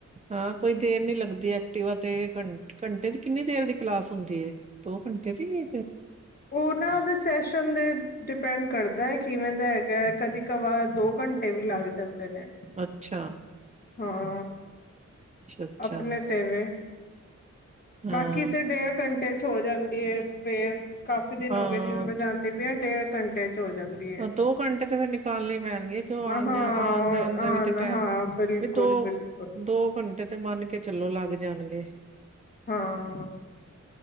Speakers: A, on the right; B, on the left.
A: ਹਾਂ ਕੋਈ ਦੇਰ ਨੀ ਲੱਗਦੀ ਐਕਟੀਵਾ ਤ ਤੇ ਘੰਟ ਘੰਟੇ ਦੀ ਕਿੰਨੀ ਦੇਰ ਦੀ ਕਲਾਸ ਹੁੰਦੀ ਹੈ ਦੋ ਘੰਟੇ ਦੀ
B: ਉਹ ਨਾ ਔਦੇ ਸੈਸ਼ਨ ਦੇ ਡੀਪੈਂਡ ਕਰਦਾ ਕਿਵੇਂ ਦਾ ਹੈਗੈ ਕਦੀ ਕ ਵਾਰ ਦੋ ਘੰਟੇ ਵੀ ਲੱਗ ਜਾਂਦੇ ਨੇ
A: ਅੱਛਾ
B: ਹਾਂ
A: ਅੱਛਾ ਅੱਛਾ
B: ਆਪਨੇ ਤੇ ਵੇ ਬਾਕੀ
A: ਹਾਂ
B: ਤੇੇ ਡੇਢ ਘੰਟੇ ਚ ਹੋ ਜਾਂਦੀ ਏ ਫੇਰ ਕਾਫ਼ੀ ਦਿਨ
A: ਹਾਂ
B: ਹੋ ਗਏ ਜਿਵੇਂ ਮੈਂ ਜਾਂਦੀ ਪੀ ਆਂ ਡੇਢ ਘੰਟੇ ਚ ਹੋ ਜਾਂਦੀ ਹੈ
A: ਦੋ ਘੰਟੇ ਤੇ ਫੇਰ ਨਿਕਾਲਣੇ ਪੈਨਗੇ ਕਿਔਂ ਆਂ
B: ਹਾਂ ਹਾਂ
A: ਜਾ ਆਨ ਜਾਨ ਦਾ ਵੀ ਤੇ ਟੈਮ
B: ਹਾਂ ਬਿਲਕੁਲ
A: ਵੀ ਦੋ
B: ਬਿਲਕੁਲ
A: ਦੋ ਘੰਟੇ ਤੇ ਮੰਨ ਕੇ ਚੱਲੋ ਲੱਗ ਜਾਨਗੇ
B: ਹਾਂ